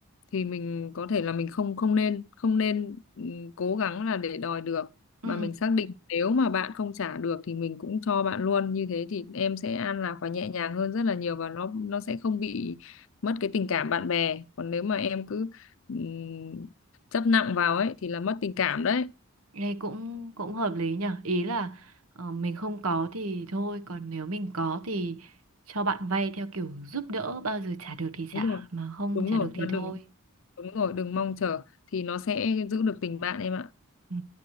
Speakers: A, on the left; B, on the right.
A: thì mình có thể là mình không không nên không nên ừ, cố gắng là để đòi được
B: ừ
A: mà mình xác định nếu mà bạn không trả được thì mình cũng cho bạn luôn như thế thì em sẽ an lạc và nhẹ nhàng hơn rất là nhiều và nó nó sẽ không bị mất cái tình cảm bạn bè còn nếu mà em cứ ừm, chấp nặng vào ấy thì là mất tình cảm đấy
B: Nghe cũng cũng hợp lý nhở Ý là ờ, mình không có thì thôi, còn nếu mình có thì cho bạn vay theo kiểu giúp đỡ, bao giờ trả được thì
A: đúng
B: trả,
A: rồi
B: mà không
A: đúng
B: trả
A: rồi
B: được thì
A: và đừng
B: thôi.
A: đúng rồi đừng mong chờ thì nó sẽ giữ được tình bạn em ạ
B: Ừ.